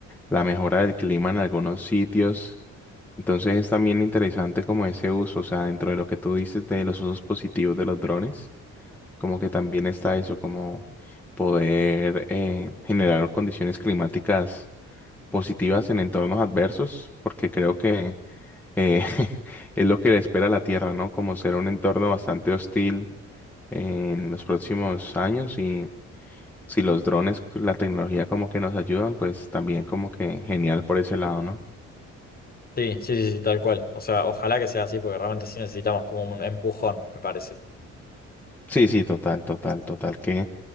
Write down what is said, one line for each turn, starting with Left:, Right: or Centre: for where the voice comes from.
Centre: la mejora del clima en algunos sitios. Entonces es también interesante como ese uso, o sea, dentro de lo que tú dices de los usos positivos de los drones. Como que también está eso, como poder eh, generar condiciones climáticas positivas en entornos adversos, porque creo que eh, <laughs> es lo que le espera a la Tierra, ¿no? Como ser un entorno bastante hostil en los próximos años y si los drones, la tecnología como que nos ayudan, pues también como que genial por ese lado, ¿no?
Left: Sí, sí, sí, sí, tal cual. O sea, ojalá que sea así, porque realmente sí necesitamos como un empujón, me parece.
Centre: Sí, sí, total, total, total, que